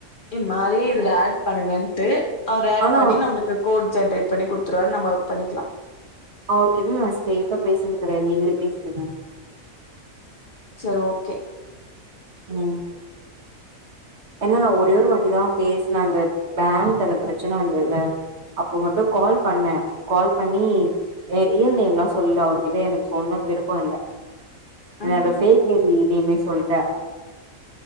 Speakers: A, on the left; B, on the right.
A: இது மாரி
B: ஓ
A: இதுல ஆட் பண்ணுங்கன் ட்டு அவரு ஆட்
B: ஆனா
A: பண்ணி
B: அவ
A: நம்மளுக்கு கோட் ஜென்ரேட் பண்ணி குடுத்துருவாரு நம்ம பண்ணிக்கலா
B: அவருக்கு எதுவு நா ஸ்டெய்ட்டா பேசுனது கெடையாது நீங்களே பேசிடுங்க
A: செரி ஓகே
B: ம் ஏன்னா நா ஒரே ஒரு வாட்டிதா பேசுனே அந்த பேங்க் அந்த பிரச்சன வந்ததுல அப்ப மட்டு கால் பண்ணே கால் பண்ணி ஆ ரியல் நேம்லா சொல்லல அவர்கிட்ட எனக்கு சொல்லணுன்னு விருப்போ இல்ல என்னோட
A: ம்
B: ஃபேக் ஐ டி நேமே சொல்ட்ட